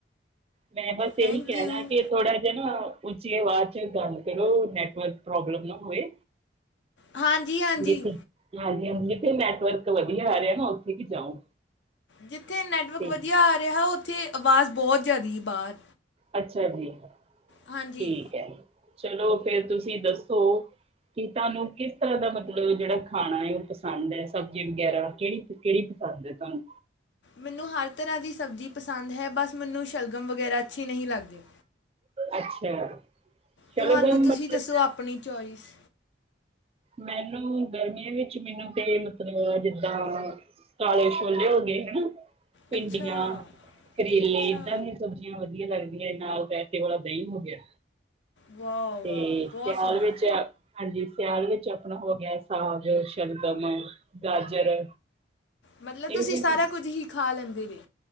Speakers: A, on the right; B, on the left.
A: ਮੈਂ ਬਸ
B: ਥੈਂਕ
A: ਇਹੀ ਕਹਿਣਾ
B: ਯੂ
A: ਕਿ ਥੋੜਾ ਜਿਹਾ ਨਾ ਉਚੀ ਅਵਾਜ ਚ ਗੱਲ ਕਰੋ ਨੈਟਵਰਕ ਪ੍ਰੋਬਲਮ ਨਾ ਹੋਏ।
B: ਹਾਂਜੀ ਹਾਂਜੀ
A: ਹਾਂਜੀ ਹਾਂਜੀ ਜਿੱਥੇ ਨੈਟਵਰਕ ਵਧੀਆ ਆ ਰਿਹਾ ਨਾ ਉੱਥੇ ਹੀ ਜਾਓ।
B: ਜਿੱਥੇ ਨੈੱਟਵਰਕ
A: ਠੀਕ,
B: ਵਧੀਆ ਆ ਰਿਹਾ ਉੱਥੇ ਆਵਾਜ਼ ਬਹੁਤ ਜਾਂਦਿਏ ਬਹਾਰ।
A: ਅੱਛਾ ਜੀ
B: ਹਾਂਜੀ
A: ਠੀਕ ਹੈ ਚਲੋ ਫੇਰ ਤੁਸੀਂ ਦੱਸੋ। ਕਿ ਤੁਹਾਨੂੰ ਕਿਸ ਤਰ੍ਹਾਂ ਦਾ ਮਤਲਬ ਖਾਣਾ ਪਸੰਦ ਹੈ ਜਿਵੇਂ ਕਿ ਸਬਜ਼ੀ ਵਗੈਰਾ ਕਿਹੜੀ ਕਿਹੜੀ? ਅੱਜ ਦੇ ਕਮ।
B: ਮੈਨੂੰ ਹਰ ਤਰ੍ਹਾਂ ਦੀ ਸਬਜ਼ੀ ਪਸੰਦ ਹੈ ਬਸ ਮੈਨੂੰ ਸ਼ਲਗਮ ਵਗੈਰਾ ਅੱਛੀ ਨਹੀਂ ਲੱਗਦੀ।
A: ਅੱਛਾ। ਸ਼ਲਗਮ
B: ਤੁਹਾਨੂੰ ਤੁਸੀਂ
A: ਮਤਲਬ
B: ਦੱਸੋ ਅਪਣੀ ਚੋਵਾਏਸ।
A: ਮੈਨੂੰ ਗਰਮੀਆਂ ਵਿੱਚ ਮੈਨੂੰ ਤੇ ਮਤਲਬ ਜਿੱਦਾਂ ਕਾਲੇ ਛੋਲੇੇ ਹੋ ਗਏ ਹਨਾ। ਭਿੰਡੀਆਂ
B: ਅੱਛਾ
A: ਕਰੇਲੇ
B: ਅੱਛਾ
A: ਐਵੇ ਦੀ ਸਬਜ਼ੀਆਂ ਵਧੀਆ ਲੱਗਦੀਆਂ। ਨਾਲ ਤਾਂ ਰਾਏਤੇ ਵਾਲਾ ਦਹੀਂ ਹੋ ਗਿਆ
B: ਵਾਹ ਵਾਹ
A: ਤੇ
B: ਬਹੁਤ
A: ਸਿਆਲ
B: ਸੋਹਣਾ
A: ਵਿੱਚ ਹਾਂਜੀ ਸਿਆਲ ਵਿੱਚ ਆਪਣਾ ਹੋ ਗਿਆ ਸਾਗ ਸ਼ਲਗਮ ਗਾਜਰ।
B: ਮਤਲਬ
A: ਇਹੋ
B: ਤੁਸੀਂ
A: ਜਿਹੀਆਂ
B: ਸਾਰਾ
A: ਚੀਜ਼ਾਂ
B: ਕੁੱਝ ਹੀ ਖਾ ਲੈਂਦੇ ਵੇ।